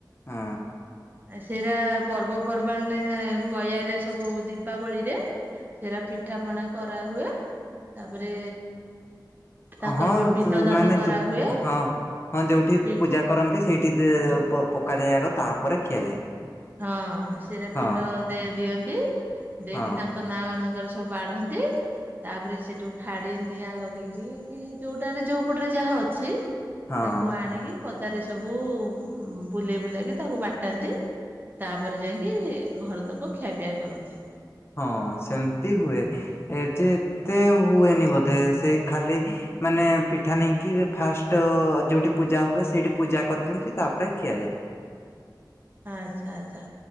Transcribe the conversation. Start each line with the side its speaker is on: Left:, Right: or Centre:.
Left: ହୁଁ।
Right: ଆ ସେଇରା ପର୍ବପର୍ବାଣୀରେ ପୟାରେ ସବୁ ଦୀପାବଳିରେ ସେରା ପିଠାପଣା କରାହୁଏ। ତାପରେ ତାଙ୍କର
Left: ହଁ ହଁ
Right: ବି ପିଣ୍ଡ ଦାନ
Left: ମାନେ
Right: କରାହୁଏ।
Left: ହଁ ହଁ ଯୋଉଠି
Right: ପି
Left: ପୂଜା କରନ୍ତି ସେଇଠି ଦି ପ ପକା ଯାଏ ଆଗ ତାପରେ ଖିଆଯାଏ।
Right: ହଁ ସେରା
Left: ହଁ
Right: ପିଣ୍ଡ ଦେ ଦିଅନ୍ତି ଦେଇକି
Left: ହଁ
Right: ତାଙ୍କ ନା ମାନଙ୍କରେ ସବୁ ବାଢ଼ନ୍ତି। ତାପରେ ସେଠୁ ଖାଡ଼ି ନିଆଁ ଲଗେଇକି କି ଯୋଉଟାରେ ଯୋଉ ପଟରେ ଯାହା ଅଛି
Left: ହଁ
Right: ତାକୁ ଆଣିକି ପଦାରେ ସବୁ ବୁଲେଇ ବୁଲାକି ତାକୁ ବାଟାନ୍ତି। ତାପରେ ଯାଇଙ୍କି ଘର ଲୋକ ଖିଆପିଆ କରନ୍ତି।
Left: ହଁ ସେମ୍ତି ହୁଏ ଏଠି ଏତେ ହୁଏନି ବୋ ଦେ ସେଇ ଖାଲି ମାନେ ପିଠା ନେଇକି ଫାଷ୍ ଟ ଯୋଉଠି ପୂଜା ହୁଏ ସେଇଠି ପୂଜା କରିଦିଅନ୍ତି ତାପରେ ଖିଆଯାଏ।
Right: ଆଛା ଆଛା